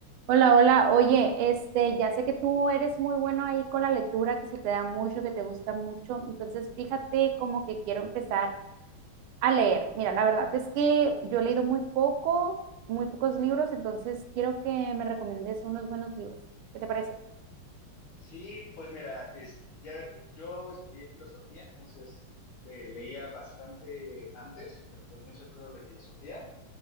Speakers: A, on the right; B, on the left.
A: Hola, hola. Oye, este, ya sé que tú eres muy bueno ahí con la lectura, que se te da mucho, que te gusta mucho. Entonces, fíjate como que quiero empezar a leer. Mira, la verdad es que yo he leído muy poco, muy pocos libros, entonces quiero que me recomiendes unos buenos libros. ¿Qué te parece?
B: Sí, pues mira, es, ya, yo estudié filosofía, entonces le- leía bastante antes, pero pues muchas cosas de filosofía.